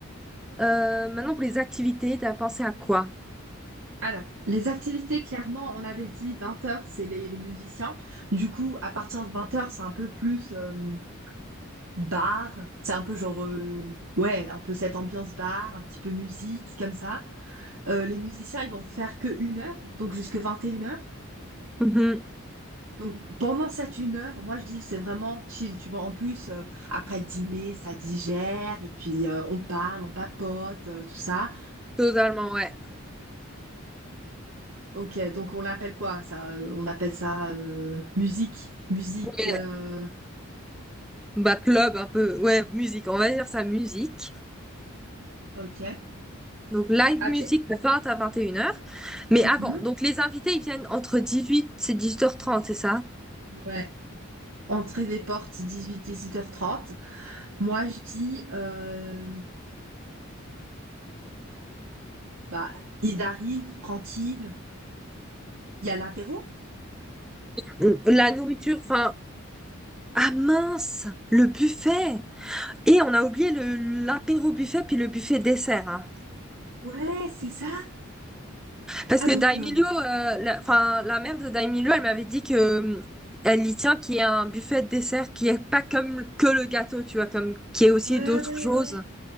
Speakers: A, in the centre; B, on the right.
A: Euh, maintenant, pour les activités, t'as pensé à quoi?
B: Alors, les activités, clairement, on avait dit 20 heures, c'est les, les musiciens. Du coup, à partir de 20 heures, c'est un peu plus euh, bar. C'est un peu genre, euh, ouais, un peu cette ambiance bar, un petit peu musique, comme ça. Euh, les musiciens, ils vont faire que une heure, donc jusque 21 heures.
A: Mhm.
B: Donc pendant cette une heure, moi je dis c'est vraiment chill, tu vois. En plus, euh, après le dîner, ça digère, et puis euh, on parle, on papote, euh, tout ça.
A: Totalement, ouais.
B: Ok, donc on l'appelle quoi ça? euh, on appelle ça euh, musique. Musique.
A: Ouais.
B: euh,
A: Bah, club un peu, ouais, musique, on va dire ça, musique.
B: ok.
A: Donc, live
B: Ok.
A: musique de 20 à 21 heures. Mais
B: Mhm.
A: avant, donc les invités, ils viennent entre 18 et 18h30, c'est ça?
B: Ouais. Entrée des portes 18-18h30. Moi, je dis, euh, bah, il arrive tranquille. Il y a l'apéro?
A: Mm. La nourriture, enfin, ah mince, le buffet! Et on a oublié le l'apéro buffet, puis le buffet dessert, hein.
B: Ouais, c'est ça.
A: Parce
B: Ah,
A: que
B: donc,
A: Daimilio,
B: euh,
A: euh, la, enfin, la mère de Daimilio, elle m'avait dit que euh, elle y tient qu'il y a un buffet de dessert qui est pas comme que le gâteau, tu vois, comme qui est aussi
B: ouais,
A: d'autres
B: ouais,
A: choses.
B: ouais.